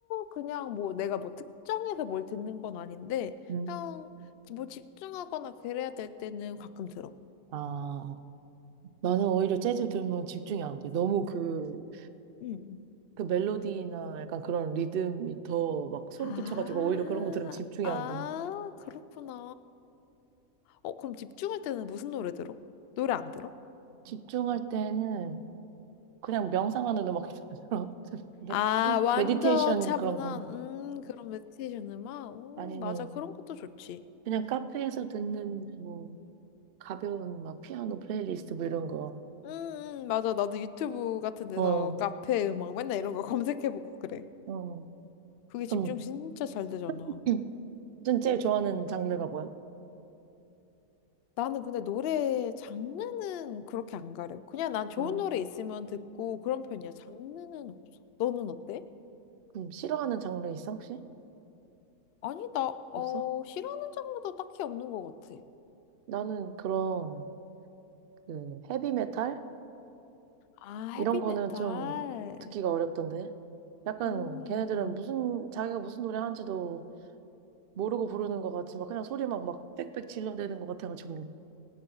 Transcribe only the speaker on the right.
응
아, 나는 오히려 재즈 들으면 집중이 안 돼. 너무 그
그 멜로디나 약간 그런 리듬이 더 막 소름
끼쳐가지고 오히려 그런 거 들으면 집중이
안 돼.
집중할 때는 그냥 명상하는 음악 <laughs> 들었는데
메디테이션
그런 거
아니면
그냥 카페에서 듣는 뭐 가벼운 막 피아노 플레이리스트 뭐 이런 거.
어,
어.
그럼
<clears throat> 넌 제일 좋아하는 장르가 뭐야?
아,
그럼 싫어하는 장르 있어 혹시?
없어?
나는 그런 그 헤비메탈?
이런
거는 좀 듣기가 어렵던데. 약간
걔네들은 무슨 자기가 무슨 노래 하는지도 모르고 부르는 것 같지만 그냥 소리 막 막 빽빽 질러대는 것 같아가지고